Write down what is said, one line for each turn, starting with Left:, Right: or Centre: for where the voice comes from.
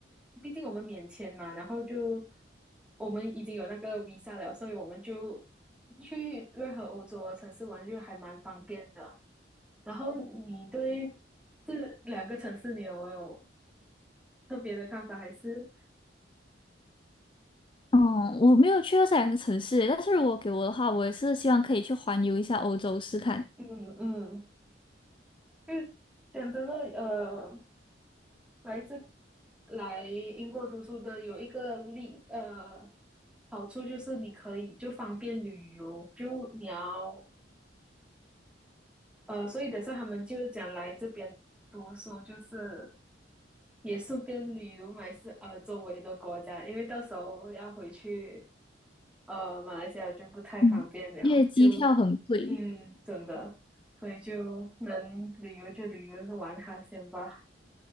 Centre: 毕竟我们免签嘛，然后就我们已经有那个 visa 了，所以我们就去任何欧洲的城市玩就还蛮方便的。然后你对这两个城市，你有没有特别的看法？还是
Left: 哦，我没有去过这两个城市，但是如果给我的话，我也是希望可以去环游一下欧洲试看。
Centre: 嗯嗯，就讲真的，呃，来自来英国读书的有一个利呃好处就是你可以就方便旅游，就你要呃，所以等下他们就讲来这边读书，就是也是边旅游买是呃周围的国家，因为到时候要回去呃马来西亚就不太方便了，
Left: 嗯，因为机票很贵。
Centre: 就嗯真的，所以就能旅游就旅游，玩哈先吧，